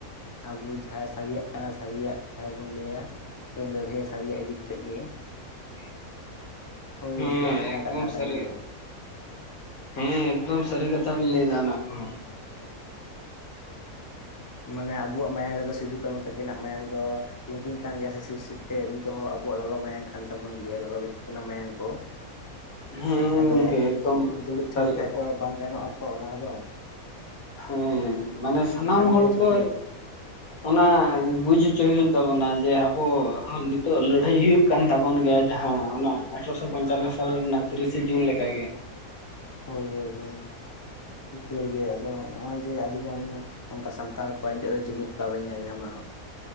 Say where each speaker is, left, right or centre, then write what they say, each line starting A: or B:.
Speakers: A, on the left; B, on the left.
A: ᱟᱵᱚ ᱡᱟᱦᱟᱸ ᱥᱟᱹᱨᱤᱭᱟᱜ ᱠᱟᱱᱟ ᱥᱟᱹᱨᱤᱭᱟᱜ ᱠᱟᱛᱷᱟ ᱜᱮᱵᱚᱱ ᱞᱟᱹᱭᱟ᱾ ᱛᱚᱵᱚᱱ ᱞᱟᱹᱲᱦᱟᱹᱭ ᱥᱟᱨᱤᱭᱟᱜ ᱤᱫᱤ ᱠᱟᱛᱮᱫ ᱜᱮ ᱾
B: <unintelligible>
A: ᱦᱳᱭ
B: ᱦᱮᱸ
A: ᱜᱚᱢᱠᱮ ᱚᱱᱠᱟ
B: ᱮᱠᱫᱚᱢ
A: ᱠᱟᱛᱷᱟ ᱛᱟᱹᱞᱤᱧ
B: ᱥᱟᱹᱨᱤ
A: ᱫᱚ ᱦᱟᱸᱜ᱾
B: ᱦᱮᱸ ᱮᱠᱫᱚᱢ ᱥᱟᱹᱨᱤ ᱠᱟᱛᱷᱟ ᱵᱮᱱ ᱞᱟᱹᱭ ᱮᱫᱟ ᱚᱱᱟ ᱠᱚᱸᱦᱚ᱾
A: ᱢᱟᱱᱮ ᱟᱵᱚᱣᱟᱜ ᱢᱟᱭᱟᱝ ᱨᱮᱫᱚ ᱥᱤᱫᱩ ᱠᱟᱹᱱᱩ ᱛᱟᱠ ᱛᱤᱠᱤᱱᱟᱜ ᱢᱟᱭᱟᱝ ᱫᱚ ᱞᱤᱸᱜᱤᱱ ᱠᱟᱱ ᱜᱮᱭᱟ ᱥᱮ ᱥᱤᱨᱼᱥᱤᱨᱛᱮ ᱱᱤᱛᱚᱜ ᱦᱚᱸ ᱟᱵᱚᱣᱟᱜ ᱞᱚᱞᱚ ᱢᱟᱭᱟᱝ ᱠᱟᱱ ᱛᱟᱵᱚᱱ ᱜᱮᱭᱟ ᱞᱚᱞᱚ ᱜᱮ ᱢᱟᱭᱟᱝ ᱠᱚ
B: ᱦᱮᱸ
A: ᱟᱫᱚ
B: ᱜᱚᱝᱠᱮ ᱮᱠᱫᱚᱢ
A: ᱫᱩᱲᱩᱵ ᱛᱷᱤᱨ
B: ᱥᱟᱹᱨᱤ
A: ᱞᱮᱱᱠᱷᱟᱡ
B: ᱠᱟᱛᱷᱟ
A: ᱫᱚ ᱵᱟᱝ ᱜᱟᱱᱚᱜᱼᱟ᱾ ᱛᱷᱚ ᱚᱱᱟ ᱫᱚ᱾
B: ᱦᱚᱸ, ᱢᱟᱱᱮ ᱥᱟᱱᱟᱢ
A: ᱠᱟᱹᱢᱤᱨᱮ
B: ᱦᱚᱲ
A: ᱪᱷᱩᱴᱟᱹᱣ
B: ᱠᱚ ᱚᱱᱟ ᱵᱩᱡ ᱦᱚᱪᱚ ᱦᱩᱭᱩᱜ ᱛᱟᱵᱚᱱᱟ ᱡᱮ ᱟᱵᱚ ᱱᱤᱛᱚᱜ ᱞᱟᱹᱲᱦᱟᱹᱭ ᱦᱩᱭᱩᱜ ᱠᱟᱱ ᱛᱟᱵᱚᱱ ᱜᱮᱭᱟ ᱡᱟᱦᱟᱸ ᱚᱱᱟ ᱟᱴᱷᱨᱚᱥᱚ ᱯᱚᱧᱪᱟᱱᱚ ᱥᱟᱞ ᱨᱮᱱᱟᱜ ᱛᱤᱨᱤᱥᱮ ᱡᱩᱱ ᱞᱮᱠᱟᱜᱮ᱾
A: ᱦᱳᱭ ᱦᱳᱭ ᱦᱳᱭ ᱤᱠᱟᱹᱞ ᱜᱮ ᱟᱫᱚ ᱱᱚᱜᱼᱚᱭ ᱡᱮ ᱟᱹᱰᱤ ᱜᱟᱱ ᱚᱱᱠᱟ ᱥᱟᱱᱛᱟᱲ ᱠᱚᱣᱟᱜ ᱱᱤᱛᱚᱜ ᱫᱚ ᱡᱩᱢᱤᱫ ᱵᱟᱵᱚᱱ ᱧᱮᱞ ᱧᱟᱢᱟ᱾